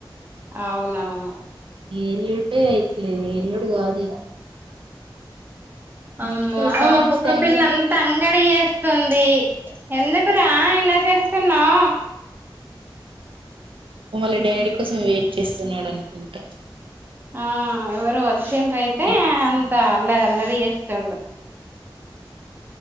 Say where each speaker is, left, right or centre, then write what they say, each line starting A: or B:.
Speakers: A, on the right (about 25°); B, on the right (about 80°).
A: అవునావును
B: ఎల్లుడే అయిట్లేదు ఎల్లండు గాదు ఇగ అందుకే
A: అమ్మా
B: కాలేజ్
A: మా కుక్క
B: టైమ్
A: పిల్ల
B: లోనే
A: అంతా అంగడి చేస్తుంది ఎందుకురా ఇలా చేస్తున్నావ్
B: వాళ్ళ డాడీ కోసం వెయిట్ చేస్తున్నాడు అనుకుంటా
A: ఆ ఎవరో
B: ఇంటి
A: వచ్చిండ్ర
B: యజమాని
A: అయితే
B: కోసం
A: అంతా అల్లరి అల్లరి చేస్తుండు